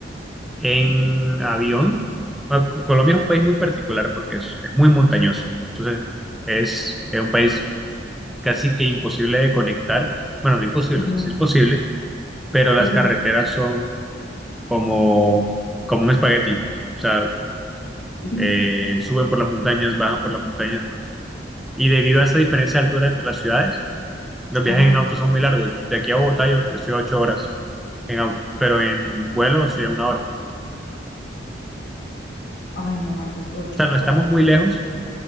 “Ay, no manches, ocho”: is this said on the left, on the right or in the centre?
Left